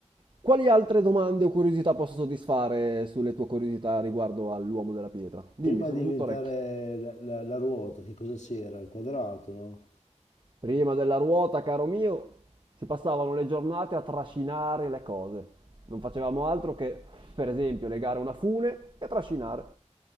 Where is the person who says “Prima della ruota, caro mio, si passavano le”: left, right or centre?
Right